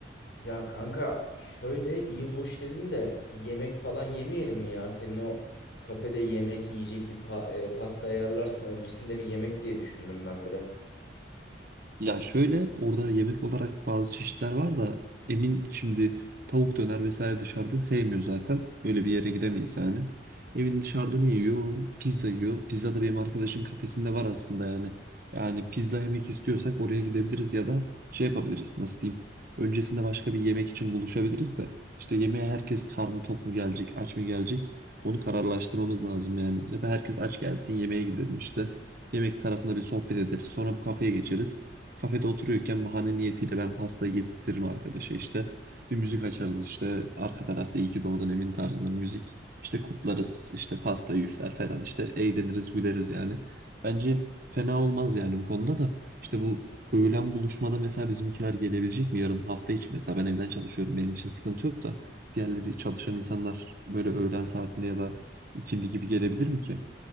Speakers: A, on the left; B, on the right.
A: Ya kanka şöyle iyi hoş dedin de bir yemek falan yemeyelim mi ya? Senin o kafede yemek yiyecek bir pa- e, pasta ayarlarsın öncesinde bir yemek diye düşündüm ben bir de.
B: Ya şöyle orada yemek olarak bazı çeşitler var da emin şimdi tavuk döner vesaire dışarıda sevmiyor zaten. Öyle bir yere gidemeyiz yani. Emin dışarıda ne yiyor? Pizza yiyor. Pizza da benim arkadaşın kafesinde var aslında yani. Yani pizza yemek istiyorsak oraya gidebiliriz ya da şey yapabiliriz. Nasıl diyeyim? Öncesinde başka bir yemek için buluşabiliriz de işte yemeğe herkes karnı tok mu gelecek, aç mı gelecek? Onu kararlaştırmamız lazım yani. Ya da herkes aç gelsin yemeğe gidelim işte. Yemek tarafında bir sohbet ederiz. Sonra bu kafeye geçeriz kafede oturuyorken bahane niyetiyle ben pastayı getirtirim arkadaşa işte. Bir müzik açarız işte arka tarafta iyi ki doğdun Emin tarzında müzik. işte kutlarız işte pasta üfler falan işte eğleniriz güleriz yani. Bence fena olmaz yani bu konuda da. İşte bu öğlen buluşmada mesela bizimkiler gelebilecek mi? Yarın hafta içi mesela ben evden çalışıyorum benim için sıkıntı yok da. Diğerleri çalışan insanlar böyle öğlen saatinde ya da ikindi gibi gelebilir mi ki?